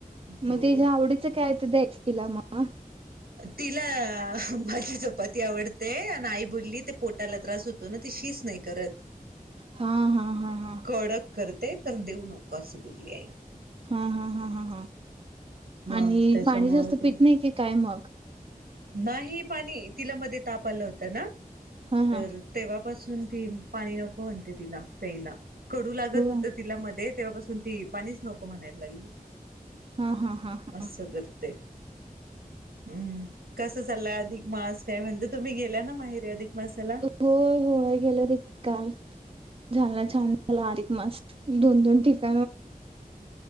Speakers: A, on the right; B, on the right.
A: हो
B: म तेच्या आवडी काय त च द्यायच तिला मा
A: तिला माझी चपाती आवडते. अन आई बोलली ते पोटाला त्रास होतो ना ती शी च नाही करत.
B: हा.. हा.. हा.. हा.
A: कडक करते तर देऊ नको अस बोलली आई.
B: हा हा हा हा हा
A: मग
B: आणि
A: त्याच्यामुळे
B: पाणी जास्त
A: ते
B: पित नाही की काय मग
A: नाही पाणी तिलामध्ये तापा आला होता ना
B: हा
A: तर
B: हा
A: तेव्हा पासून ती पाणी नको म्हणते तिला प्यायला कडू लागत
B: हो
A: होतं तिला मध्ये तेव्हापासून ती पाणीच नको म्हणायला लागली
B: हा हा हा हा
A: असं करते हम्म कसा चाललाय अधिक मास काय म्हणत तुम्ही गेल्या ना माहेरी अधिक मासाला
B: होय होय गेले होते काल झाला छान छान झाला अधिक मास दोन दोन ठीक